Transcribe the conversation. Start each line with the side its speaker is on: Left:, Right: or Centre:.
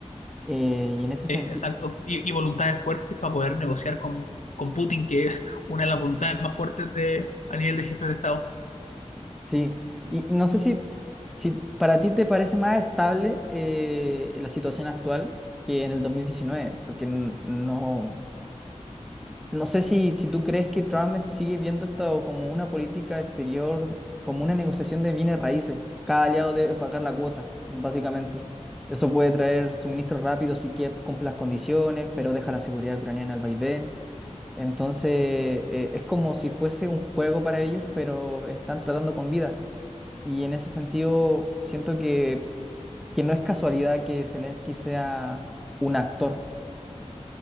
Centre: Eh, y en ese sentido,
Left: Eh, Exacto, y, y voluntades fuertes para poder negociar con, con Putin, que es una de las voluntades más fuertes de, a nivel de jefes de Estado.
Centre: Sí, y y no sé si, si para ti te parece más estable eh, la situación actual que en el 2019 porque n- no, no sé si, si tú crees que Trump sigue viendo esto como una política exterior, como una negociación de bienes raíces. Cada aliado debe pagar la cuota, básicamente. Eso puede traer suministros rápidos si Kiev cumple las condiciones, pero deja la seguridad ucraniana al vaivén. Entonces, eh, es como si fuese un juego para ellos, pero están tratando con vida. Y en ese sentido, siento que, que no es casualidad que Zelensky sea un actor.